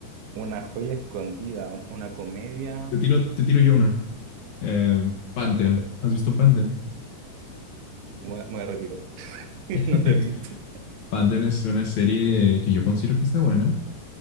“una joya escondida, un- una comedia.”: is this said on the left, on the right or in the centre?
Right